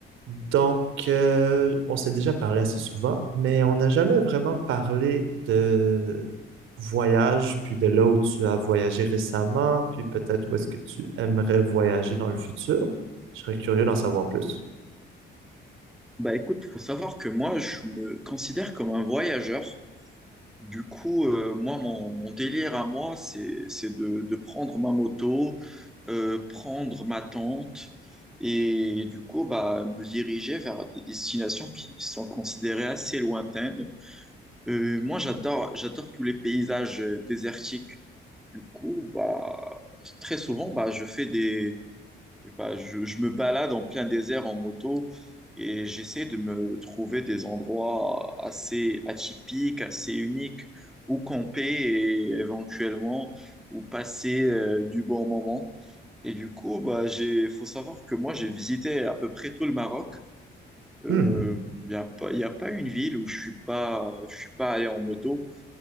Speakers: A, on the right (about 85°); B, in the centre.
A: Donc, euh, on s'est déjà parlé assez souvent, mais on n'a jamais vraiment parlé de voyage, puis de là où tu as voyagé récemment, puis peut-être où est-ce que tu aimerais voyager dans le futur. Je serais curieux d'en savoir plus.
B: Bah écoute, faut savoir que moi, je me considère comme un voyageur. Du coup, euh, moi, mon, mon délire à moi, c'est, c'est de, de prendre ma moto, euh, prendre ma tente et du coup, bah, me diriger vers des destinations qui sont considérées assez lointaines. Euh, moi, j'adore, j'adore tous les paysages euh, désertiques. Du coup, bah, très souvent, bah, je fais des bah, je, je me balade en plein désert en moto et j'essaie de me trouver des endroits assez atypiques, assez uniques où camper et éventuellement où passer euh, du bon moment. Et du coup, bah, j'ai, faut savoir que moi, j'ai visité à peu près tout le Maroc. Il
A: Hmm.
B: n'y a pas, y a pas une ville où je suis pas, je suis pas allé en moto.